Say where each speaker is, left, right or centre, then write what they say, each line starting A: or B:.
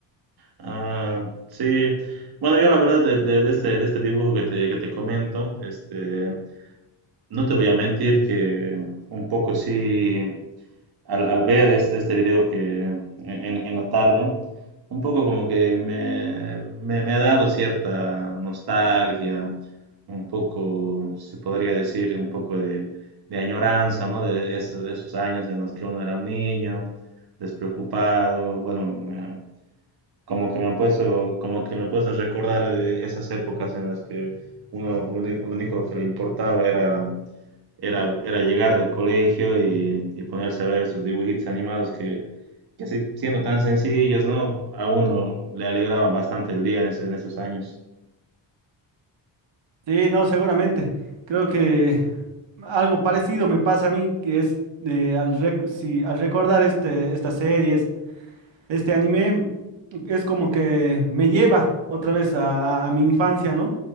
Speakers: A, on the right (about 55°); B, on the right (about 80°).
A: Ah, sí. Bueno, yo la verdad de, de- de este, de este dibujo que te, que te comento, este, no te voy a mentir que un poco sí, al, al ver este, este video que en, en la tarde, un poco como que me, me, me ha dado cierta nostalgia, un poco, se podría decir, un poco de, de añoranza, ¿no? De esos, esos años en los que uno era un niño, despreocupado, bueno, como que me ha puesto, como que me puedes recordar eh, esas épocas en las que uno lo único, lo único que le importaba era, era, era llegar del colegio y, y ponerse a ver esos dibujitos animados que, que así, siendo tan sencillos, ¿no? A uno le alegraba bastante el día en, ese- en esos años.
B: Sí, no, seguramente. Creo que... Algo parecido me pasa a mí, que es eh, al, rec- si, al recordar este, esta serie, es- este anime, es como que me lleva otra vez a, a- a mi infancia, ¿no?